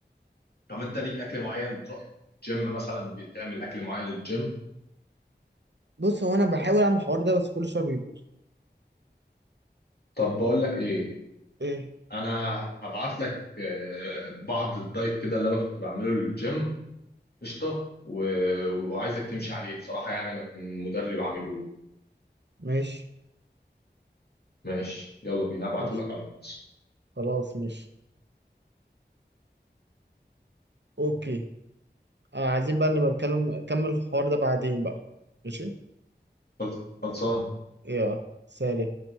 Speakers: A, on the left; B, on the right.
A: طب انت ليك اكل معين بتروح جيم مثلا بتعمل اكل معين للجيم
B: بص هو انا بحاول اعمل الحوار ده بس كل شويه بيبوظ
A: طب بقول لك ايه
B: ايه
A: انا هبعت لك آه، بعض الدايت كده اللي انا كنت بعمله للجيم قشطه و... وعايزك تمشي عليه بصراحه يعني انا كان مدرب عامله لي
B: ماشي
A: ماشي يلا بينا هبعته
B: ماشي
A: لك على الواتس
B: خلاص ماشي اوكي آه عايزين بقى نبقى نتكلم نكمل الحوار ده بعدين بقى ماشي
A: خلص- خلصان
B: يلا سلام